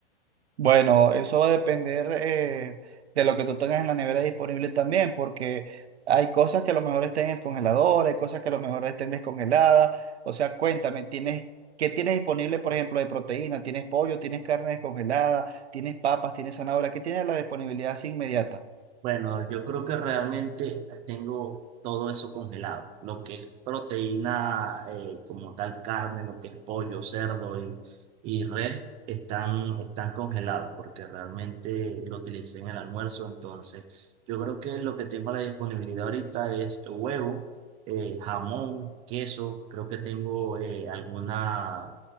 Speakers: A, on the right; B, on the right.
A: Bueno, eso va a depender eh, de lo que tú tengas en la nevera disponible también, porque hay cosas que a lo mejor estén en el congelador, hay cosas que a lo mejor estén descongeladas. O sea, cuéntame, ¿tienes, qué tienes disponible, por ejemplo, de proteína? ¿Tienes pollo? ¿Tienes carne descongelada? ¿Tienes papas? ¿Tienes zanahoria? ¿Qué tienes la disponibilidad así inmediata?
B: Bueno, yo creo que realmente tengo todo eso congelado, lo que es proteína eh, como tal carne, lo que es pollo, cerdo y, y res, están, están congelados porque realmente lo utilicé en el almuerzo, entonces yo creo que lo que tengo a la disponibilidad ahorita es huevo, eh, jamón, queso, creo que tengo eh, alguna,